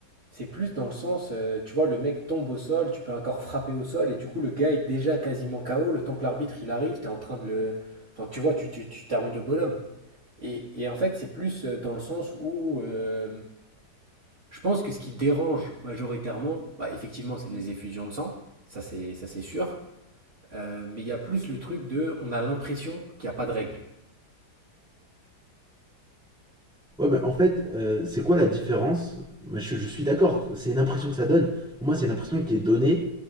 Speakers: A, on the right; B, in the centre.
A: c'est plus dans le sens, euh, tu vois, le mec tombe au sol, tu peux encore frapper au sol, et du coup, le gars est déjà quasiment KO, le temps que l'arbitre il arrive, t'es en train de le. Enfin, tu vois, tu, tu, tu termines le bonhomme. Et, et en fait, c'est plus euh, dans le sens où euh, je pense que ce qui dérange majoritairement, bah, effectivement, c'est les effusions de sang, ça c'est ça c'est sûr, Euh, mais il y a plus le truc de on a l'impression qu'il n'y a pas de règle.
B: Ouais, mais en fait, euh, c'est quoi la différence Moi, je, je suis d'accord, c'est une impression que ça donne. Pour moi, c'est une impression qui est donnée